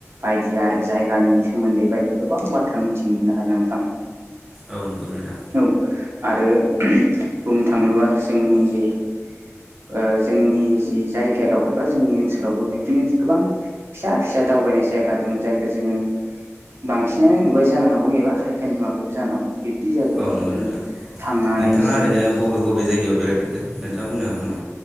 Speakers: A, on the right; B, in the centre.
A: बायदि आरो जायगानि। सोमोन्दै बायदि गोबां बाथ्रा मिन्थि नों मोनो आरो ना नोंथां।
B: औ नंगौ नोंथां।
A: औ आरो बुंनो थाङोबा जोंनि जि ओ। जोंनि जि जायगायाव एबा। जोंनि ओनसोलावबो बिब्दिनो गोबां फिसा फिसा दावबायनाय जायगा दं जायखौ जोङो। बांसिनानो नुबाय जानो हागौ एबा खायफाया नुवाखैबो जानो हागौ। बिब्दि जायगाफोरबो
B: औ नंगौ
A: जोङो
B: नोंथां
A: थांनानै
B: नोंथाङा
A: जि।
B: ओरैनो बबे बबे जायगायाव बेरायफेरखो नोंथाङा बुंनो हागोन नामा